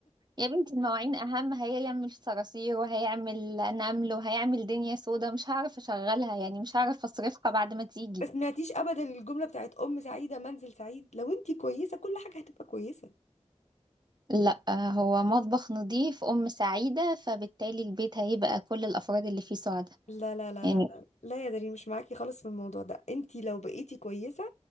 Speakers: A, on the right; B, on the left.
A: يا بنتي المواعين أهم هيعمل صراصير وهيعمل نمل وهيعمل دنيا سودا مش هعرف أشغلها يعني مش هعرف أصرفها بعد ما تيجي
B: ما سمعتيش ابدا الجمله بتاعت ام سعيده منزل سعيد لو انتي كويسه كل حاجه هتبقى كويسه
A: لا آه، هو مطبخ نظيف أم سعيدة فبالتالي البيت هيبقى كل الأفراد اللي فيه سعداء
B: لا لا لا
A: يعني
B: لا لا لا يا دارين مش معاكي خالص في الموضوع ده انت لو بقيتي كويسه